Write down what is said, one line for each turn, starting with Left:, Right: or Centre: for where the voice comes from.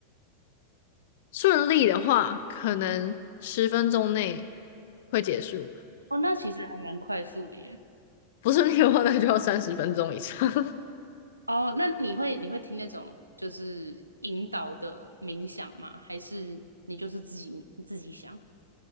Left: 顺利的话，可能十分钟内会结束；
Right: 哦，那其实还蛮快速的耶。
Left: 不顺利的话，那就要三十分钟以上。<laughs>
Right: 哦，那你会你会听那种就是引导的冥想吗？还是你就是自己自己想？